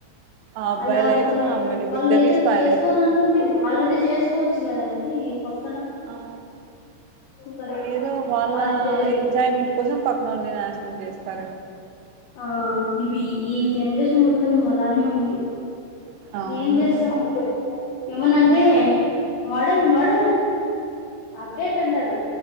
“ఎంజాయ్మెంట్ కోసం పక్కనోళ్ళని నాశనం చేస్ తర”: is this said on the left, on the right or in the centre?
Right